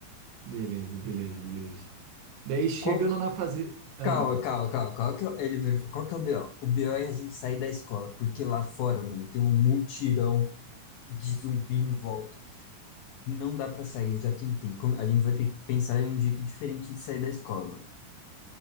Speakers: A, on the right; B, on the left.
A: Beleza, beleza, beleza. Daí chegando
B: Qual. que-
A: na fase. Ah,
B: Calma, calma, calma. Qual que é, o- ele virou e falou, qual que é o BO? O BO é a gente sair da escola, porque lá fora, mano, tem um mutirão de zumbi em volta. Não dá pra sair, eu já tentei. Como- A gente vai ter que pensar em um jeito diferente de sair da escola, mano.